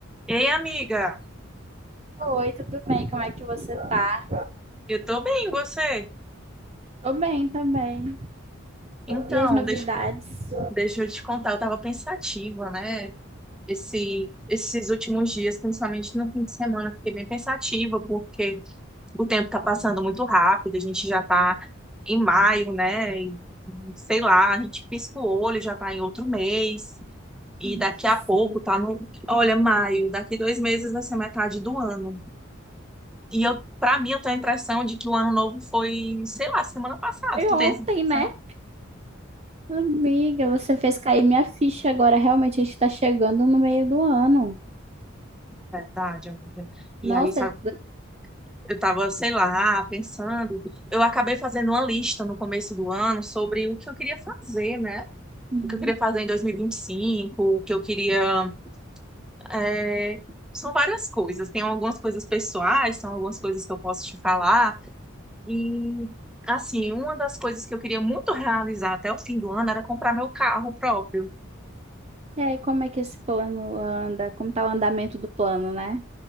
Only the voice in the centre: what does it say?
Ei, amiga,
eu tô bem, e você?
Então,
deixa, deixa eu te contar, eu tava pensativa, né? Esse, esses últimos dias, principalmente no fim de semana, eu fiquei bem pensativa, porque o tempo tá passando muito rápido, a gente já tá em maio, né? E, sei lá, a gente pisca o olho, já tá em outro mês, e
daqui a pouco tá no. Olha, maio, daqui dois meses vai ser metade do ano. E eu, pra mim, eu tenho a impressão de que o ano novo foi, sei lá, semana passada.
Tu
tem essa impressão?
Verdade, amiga. E
aí, sabe,
eu tava, sei lá, pensando. Eu acabei fazendo uma lista no começo do ano sobre o que eu queria fazer, né?
O que eu queria fazer em 2025, o que eu queria. é, São várias coisas. Tem algumas coisas pessoais, são algumas coisas que eu posso te falar. E, assim, uma das coisas que eu queria muito realizar até o fim do ano era comprar meu carro próprio.